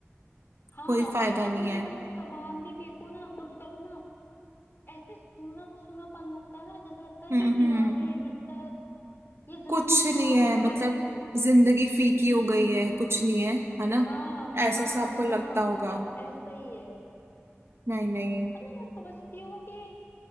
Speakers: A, on the left; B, on the right.
A: हाँ
B: कोई
A: और
B: फायदा
A: अब
B: नहीं
A: ना
B: है
A: अगर मैं सामान भी फेंकू ना कुछ करूँ ना ऐसे सूना सूनापन लगता है जैसे लगता है
B: हम्म
A: कि दीवारें
B: हम्म
A: बिस्तर ये जिंदगी
B: कुछ नहीं
A: काट
B: है
A: खाएगी
B: मतलब जिंदगी फीकी हो गई है कुछ नहीं है है ना
A: हाँ
B: ऐसा
A: हाँ
B: सा आपको
A: हाँ
B: लगता होगा
A: मतलब ऐसा ही है
B: नहीं नहीं
A: मतलब मैं समझती हूँ कि